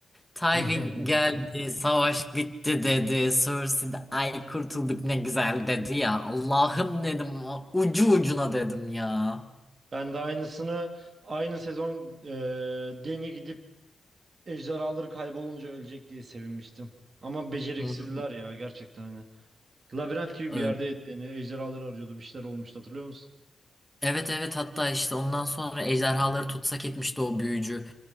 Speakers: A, in the centre; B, on the right (about 55°).
A: Tywin
B: <laughs>
A: geldi, savaş bitti dedi. Cersei de ay kurtulduk ne güzel dedi ya. Allah'ım dedim ucu ucuna dedim ya.
B: Ben de aynısını aynı sezon e, Deni gidip ejderhaları kaybolunca ölecek diye sevinmiştim. Ama beceriksizler
A: Hı,
B: ya gerçekten hani. Labirent gibi
A: e,
B: bir yerdeydi Deni. Ejderhaları arıyordu. Bir şeyler olmuştu hatırlıyor musun?
A: Evet evet hatta işte ondan sonra ejderhaları tutsak etmişti o büyücü.